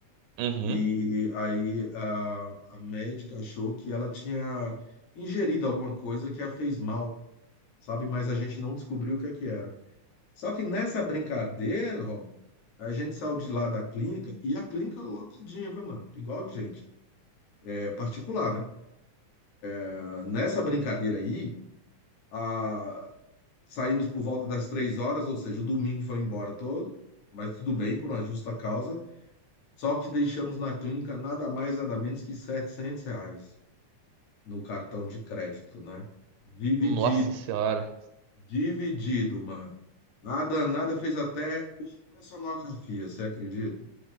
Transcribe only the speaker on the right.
uhum.
Nossa senhora,